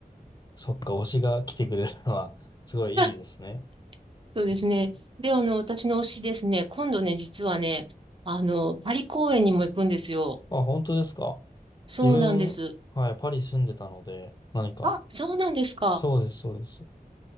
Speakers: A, on the left (about 25°); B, on the right (about 35°).
A: そっか、推しが来てくれるのは、すごいいいですね。
B: <laughs> そうですね。
A: うん
B: で、あの、私の推しですね、今度ね、実はね、あの、パリ公演にも行くんですよ。
A: あ、本当ですか。
B: そうなんです。
A: 自分、はい、パリ住んでたので、何か、
B: あ、そうなんですか。
A: そうです、そうです。